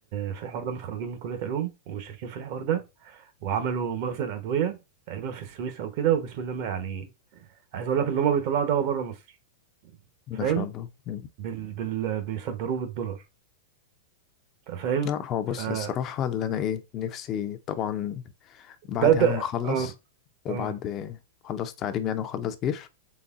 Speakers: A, on the right; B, on the left.
A: في الحوار ده متخرجين من كلية علوم ومشتركين في الحوار ده وعملوا مخزن أدوية تقريبا في السويس او كده وبسم الله ما يعني عايز اقول لك ان هم بيطلعوا دواء بره مصر
B: ما
A: فاهم
B: شاء الله مم.
A: بال... بال... بيصدروه بالدولار انت فاهم
B: لا هو بص
A: فده
B: الصراحة اللي انا ايه نفسي طبعا بعد
A: ده
B: يعني ما اخلص
A: اه
B: وبعد
A: اه
B: ما اخلص تعليم يعني واخلص جيش